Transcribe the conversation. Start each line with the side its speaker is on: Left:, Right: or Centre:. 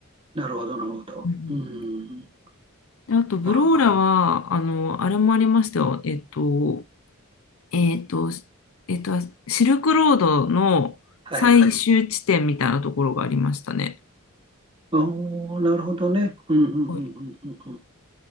Right: なるほど、なるほど。
Left: うんうん
Right: うーん。
Left: で、あと、ブローラは、
Right: まあ、
Left: あの、あれもありましたよ。えっと、えっと、えっと、シルクロードのは最い。
Right: はい。
Left: 終地点みたいなところがありましたね。
Right: ああ、なるほどね。うんうんうんうんうん
Left: はい。